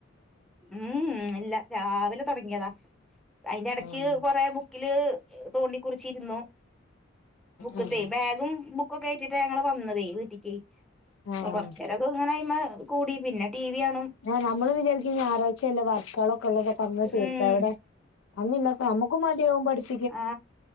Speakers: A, in the centre; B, on the left.
A: ഉം അല്ല രാവിലെ തൊടങ്ങിയതാ അഴിന്റെ ഇടക്ക്
B: ഉം
A: കൊറെ ബുക്ക്‌ ക്കില് തോണ്ടി കുറിച്ചിരുന്നു ബുക്ക്തേ
B: ഉം
A: ബാഗും ബുക്കൊക്റ്റിട്ട ഞങ്ങള് വന്നതേ വീട്ടിക്ക് അപ്പ
B: ആഹ്
A: കൊറചെരൊക്കെ ഇങ്ങനെ അയിമ. കൂടി പിന്നെ ടി വി ആണും
B: ആ നമ്മള് വിചാരിക്ക ഞ്ഞാറാ ഴ്ചയല്ലേ വർക്കളൊക്കെ ഉള്ളതൊ പറഞ്ഞ തീർത്താ
A: ഉം
B: എവിടെ അന്ന് ഇന്നത്തെ നമക്കും മാണ്ടിയ പഠിച്ച
A: ആ